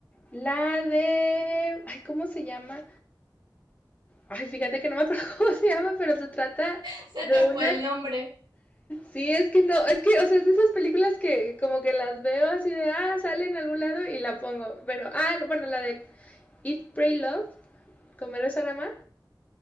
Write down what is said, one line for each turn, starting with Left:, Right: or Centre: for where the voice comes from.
Left: la de... Ay, ¿cómo se llama? Ay, fíjate que no me acuerdo <laughs> cómo se llama, pero se trata
Right: <laughs> Se
Left: de
Right: te
Left: una...
Right: fue el nombre.
Left: Sí, es que no, es que, o sea, es de esas películas que como que las veo así de, ah, sale en algún lado y la pongo. Pero, ah, bueno, la de Eat, Pray, Love, Comer, Rezar, Amar.